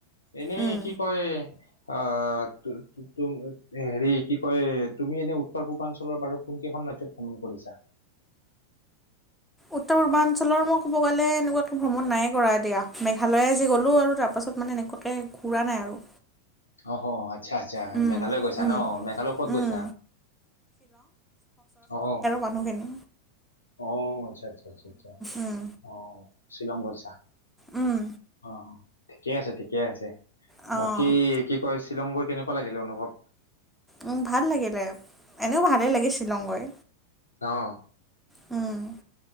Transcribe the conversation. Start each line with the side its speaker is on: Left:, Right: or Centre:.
Left: এনেই
Centre: উম
Left: কি কয় অ', তু-তু-তু হেৰি কি কয় তুমি এনে উত্তৰ পূৰ্বাঞ্চলৰ বাৰু কোন কেইখন ৰাজ্যত ভ্ৰমণ কৰিছা?
Centre: উত্তৰ পূৰ্বাঞ্চলৰ মই ক'ব গ'লে এনেকুৱা ভ্ৰমণ নাই কৰা দিয়া। মেঘালয়ে যি গ'লো আৰু তাৰ পাছত মানে এনেকুৱাকে ঘুৰা নাই আৰু।
Left: অহ। আচ্ছা আচ্ছা
Centre: উম,
Left: মেঘালয় গৈছা
Centre: উম,
Left: ন? মেঘালয় ক'ত
Centre: উম,
Left: গৈছা অ'।
Centre: মানুহ কেনে
Left: অ', আচ্ছা আচ্ছা আচ্ছা আচ্ছা
Centre: উম,
Left: অ' শ্বিলংগ গৈছা।
Centre: উম,
Left: অ', ঠিকেই আছে ঠিকে আছে।
Centre: অ',
Left: বাকী কি কয় শ্বিলংবোৰ কেনেকুৱা লাগিলে অনুভৱ?
Centre: উম, ভাল লাগিলে এনেও ভালে লাগে শ্বিলং গৈ।
Left: অ
Centre: উম